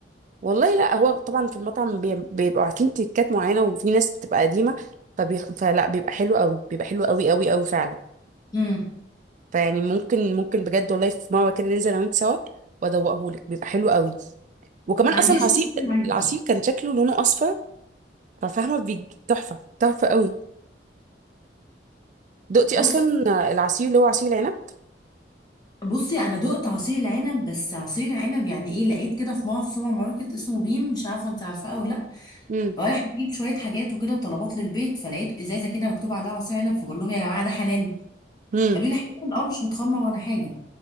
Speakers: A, on the right; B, on the left.
A: والله لا هو طبعا في المطعم بي- بيبقوا عارفين تريكات معينه وفي ناس بتبقى قديمه فبي... فلا بيبقى حلو قوي بيبقى حلو قوي قوي قوي فعلا
B: امم
A: فيعني ممكن ممكن بجد والله في مره كده ننزل انا وانت سوا وادوقهولك بيبقى حلو قوي وكمان
B: ما
A: اصلا
B: عنديش
A: العصير
B: مشكله عادي
A: العصير كان شكله لونه اصفر ففاهمه بيج- تحفه تحفه قوي دقتي
B: بصي
A: اصلا العصير اللي هو عصير العنب
B: بصي انا دقت عصير العنب بس عصير العنب يعني ايه لقيت كده في مول في سوبر ماركت اسمه بيم مش عارفه انت عارفاه او لا
A: امم
B: رايحه اجيب شويه حاجات وكده وطلبات للبيت فلقيت ازازه كده مكتوب عليها عصير عنب فبقول لهم يا جماعه ده حلال
A: امم
B: قالوا لي حلال اه مش متخمر ولا حاجه